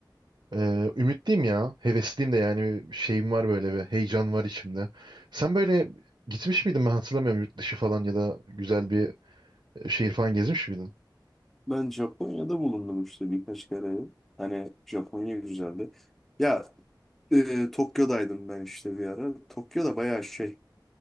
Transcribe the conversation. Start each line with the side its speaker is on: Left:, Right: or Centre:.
Right: Ee, ümitliyim ya. Hevesliyim de yani bir şeyim var böyle bir heyecan var içimde. Sen böyle gitmiş miydin ben hatırlamıyorum yurt dışı falan ya da güzel bir şehir falan gezmiş miydin?
Centre: Ben Japonya'da bulundum işte birkaç kere. Hani Japonya güzeldi. Ya e, Tokyo'daydım ben işte bir ara. Tokyo'da bayağı şey.